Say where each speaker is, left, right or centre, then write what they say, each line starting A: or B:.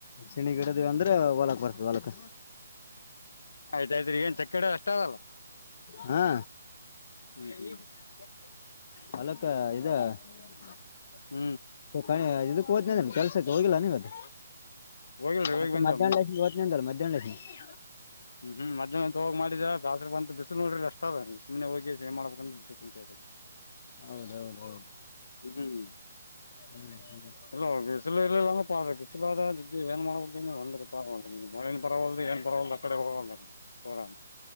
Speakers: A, on the left; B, on the left.
A: ಸಿಣಿ ಗಿಡದ ಅಂದ್ರೆ ಹೊಲಕ್ ಬರ್ತದೆ ಹೊಲಕ
B: ಆಯ್ತಾಯ್ತ್್ರಿ ಏನ್ ತಕ್ಕಡ ಅಷ್ಟದಲ್ಲ
A: ಹಾ
B: <unintelligible>
A: ಹೊಲಕ್ಕ ಇದು <unintelligible>
B: ಹ್ಮ್
A: ಕ ಇದಕ್ಕೆ ಹೋತೇನ ಅಂದೆಲ್ಲ ಕೆಲ್ಸಕ್ಕೆ ಹೋಗಿಲ್ಲ ಏನ್ ಇವತ್
B: ಹೋಗಿಲ್ರಿ
A: ಮತ್ತೆ
B: ಹೋಗಿ ಬಂದೇವ್
A: ಮಧ್ಯಾಹ್ನ
B: ಮುಂಜಾನೆ
A: ಮೇಲೆ ಹೋಗ್ತೇನಿ ಅಂದೆಲ್ಲ <unintelligible> ಎಲ್ಲಿದ <unintelligible>
B: ಹ್ಮ್ ಹ್ಮ್ ಮದ್ನ ಒ ಹೋಗ್ ಮಾಡಿದ ರಾತ್ರಿ ಬಂದೆ ಬಿಸಲ ನೋಡ್ರಿ ಎಷ್ಟದ ಸುಮ್ಮನೆ ಹೋಗಿ ಕಸಿ ಏನ್ ಮಾಡ್ಬೇಕಂದ ಬಿಟ್ಟ ಕುಂತ
A: ಹೌದೌದೌದು
B: ಹ್ಮ್
A: ಹ್ಮ್ ಹ್ಮ್
B: ಎಲ್ಲ ಹೋಗಿ ಬಿಸಲ ಎಲ್ಲಾ <unintelligible> ್ರಬಿಸಿಲಾದ ಏನ್ ಮಾಡಬೇಕೆನ್ ಒಂದ್ ಗೊತ್ತಾಗವತ್ ಮಳಿನು ಬರ್ವಾಲ್ತ್ ಏನು ಬರ್ವಾಲ್ತ್ ಪೂರಾ